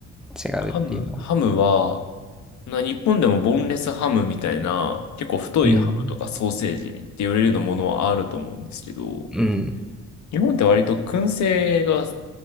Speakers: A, in the centre; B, on the left (about 70°).
A: 違うっていうの。
B: ハム、ハムは、な、日本でもボンレスハムみたいな、結構太いハムとかソーセージって言われるようなものはあると思うんですけど、
A: うん。うん。
B: 日本って割と燻製が